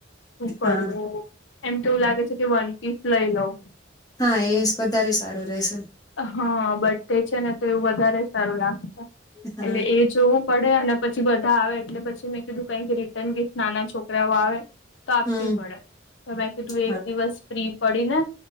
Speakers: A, on the left; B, on the left.
A: શું કરવું?
B: હા
A: એમ તો એવું લાગે છે, કે વનપીસ લઈ લઉં.
B: હા એ વધારે સારું રહેશે
A: લઉં હા, બધધ છે ને તો એવું વધારે સારું લાગે છે,
B: હા
A: એટલે એ જોવું. પડે અને પછી બધા આવે એટલે પછી મેં કીધું ક કે રિટર્ન ગિફ્ટ નાના છોકરાઓ આવે તો આપવી
B: હમ
A: પડે તો મેં કીધું, એક
B: હા
A: દિવસ ફ્રી પડીને